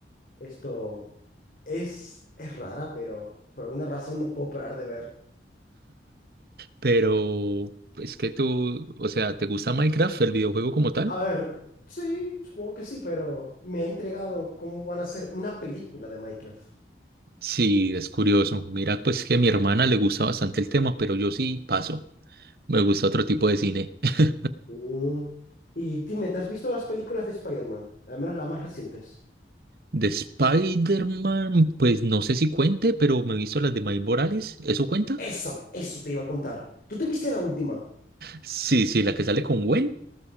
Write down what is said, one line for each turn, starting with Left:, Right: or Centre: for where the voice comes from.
Left: esto es, es rara, pero por alguna razón no puedo parar de ver.
Right: Pero es que tú, o sea, ¿te gusta Minecraft, el videojuego como tal?
Left: A ver, sí, supongo que sí, pero me ha intrigado cómo van a hacer una película de Minecraft.
Right: Sí, es curioso. Mira, pues que a mi hermana le gusta bastante el tema, pero yo sí paso. Me gusta otro tipo de cine. <laughs>
Left: Mm, Y dime, ¿te has visto las películas de Spider-Man? Al menos las más recientes.
Right: De Spider-Man, pues no sé si cuente, pero me he visto las de Miles Morales. ¿Eso cuenta?
Left: Eso, eso te iba a contar. ¿Tú te viste la última?
Right: Sí, sí, la que sale con Gwen.